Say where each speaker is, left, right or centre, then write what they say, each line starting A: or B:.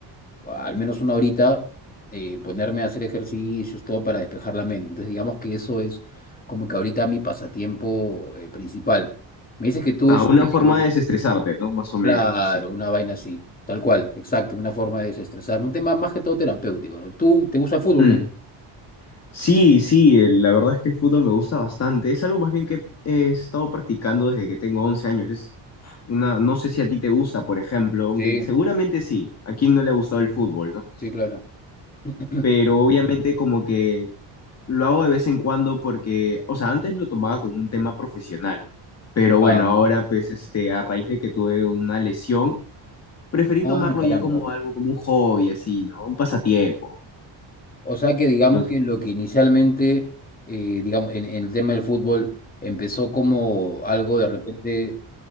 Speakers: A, on the left; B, on the left.
A: al menos una horita, eh, ponerme a hacer ejercicios, todo para despejar la mente. Entonces, digamos que eso es como que ahorita mi pasatiempo, eh, principal. Me dices que tú,
B: Ah,
A: este,
B: una forma de desestresarte, ¿no? Más o
A: claro,
B: menos, así.
A: una vaina así, tal cual, exacto, una forma de desestresar, un tema más que todo terapéutico, ¿no? ¿Tú te gusta el fútbol?
B: Mm.
A: me-
B: Sí, sí, el- la verdad es que el fútbol me gusta bastante. Es algo más bien que he estado practicando desde que tengo 11 años. Es una, no sé si a ti te gusta, por ejemplo, aunque
A: Sí,
B: seguramente sí. ¿A quién no le ha gustado el fútbol, no?
A: sí, claro. <clears throat>
B: Pero obviamente como que lo hago de vez en cuando porque, o sea, antes lo tomaba como un tema profesional, ¿no? Pero bueno,
A: Ah,
B: ahora pues este, a raíz de que tuve una lesión, preferí
A: ah,
B: tomarlo
A: caramba.
B: ya como algo, como un hobby así, ¿no? Un pasatiempo.
A: O sea que digamos
B: Entonces,
A: que lo que inicialmente, eh, digamos, en, en el tema del fútbol empezó como algo de repente